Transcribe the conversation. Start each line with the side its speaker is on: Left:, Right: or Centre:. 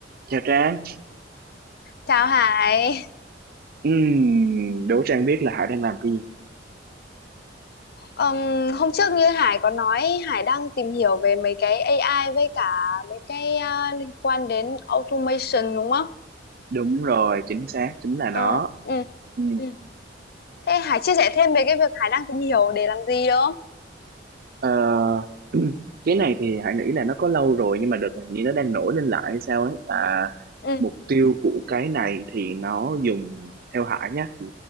Right: Chào Trang,
Left: Chào Hải.
Right: Ừm, đố Trang biết là Hải đang làm cái gì?
Left: Ừm, hôm trước như Hải có nói Hải đang tìm hiểu về mấy cái AI với cả mấy cái à, liên quan đến automation đúng không?
Right: Đúng rồi, chính xác, chính là
Left: Ờ,
Right: nó.
Left: ừ,
Right: Ừm,
Left: ừ. Thế Hải chia sẻ thêm về cái việc Hải đang tìm hiểu để làm gì được không?
Right: ờ, <clears throat> cái này thì Hải nghĩ là nó có lâu rồi nhưng mà đợt này hình như nó đang nổi lên lại hay sao ấy. À,
Left: Ừ,
Right: mục tiêu của cái này thì nó dùng, theo Hải nhá, thì